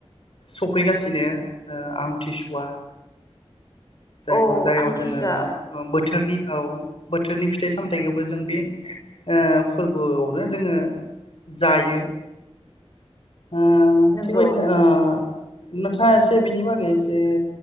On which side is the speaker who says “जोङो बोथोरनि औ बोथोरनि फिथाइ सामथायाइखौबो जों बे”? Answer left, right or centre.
Left